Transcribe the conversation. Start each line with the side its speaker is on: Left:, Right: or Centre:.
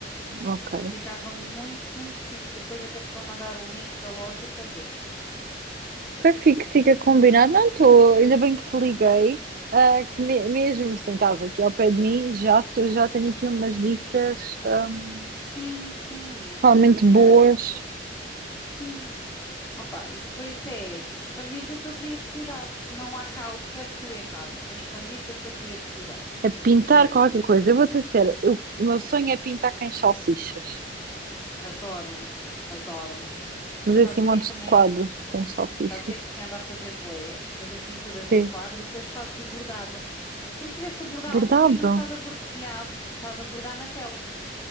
Right: ok.
Left: Ficava muito, muito fixe. Eu Depois até te vou mandar o link da loja para veres.
Right: Ok, fica, fica combinado. Não estou, ainda bem que te liguei. ah, que me- mesmo sentados aqui ao pé de mim, já, tô, já tenho aqui umas dicas ahm,
Left: Sim, sim.
Right: realmente boas
Left: Ah, sim. Opa, e depois é expandires a tua criatividade. Não há cá o certo e o errado. É expandires a tua criatividade.
Right: a pintar
Left: Mesmo.
Right: qualquer coisa. Eu vou-te dizer, eu- o meu sonho é pintar cães salsichas,
Left: Adoro. Adoro.
Right: mas
Left: Sabes
Right: assim
Left: o
Right: montes
Left: que é que também.
Right: de quadros de cães salsichas.
Left: Sabes o que é que se anda a fazer bué? Fazer pinturas
Right: Que
Left: em quadro e depois fazes o bordado. É como se estivesse a bordar
Right: bordado.
Left: um tecido, mas estás a bordar, e há- estás a bordar na tela.